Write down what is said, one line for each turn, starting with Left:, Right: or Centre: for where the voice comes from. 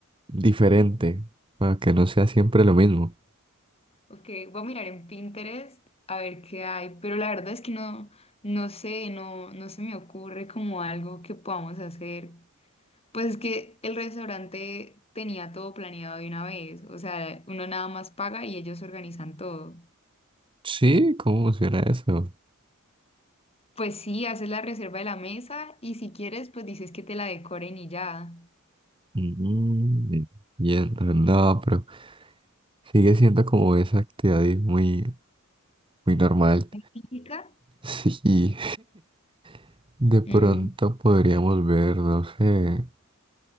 Right: diferente, para que no sea siempre lo mismo.
Left: Ok, voy a mirar en Pinterest a ver qué hay, pero la verdad es que no, no sé, no, no se me ocurre como algo que podamos hacer. Pues es que el restaurante tenía todo planeado de una vez, o sea, uno nada más paga y ellos organizan todo.
Right: Sí, ¿cómo funciona eso?
Left: Pues sí, haces la reserva de la mesa y si quieres, pues dices que te la decoren y ya.
Right: Mm, entiendo. No, pero sigue siendo como esa actividad ahí muy, muy normal.
Left: ¿Es ¿Típica?
Right: Sí, <laughs> de pronto
Left: Mm,
Right: podríamos ver, no sé,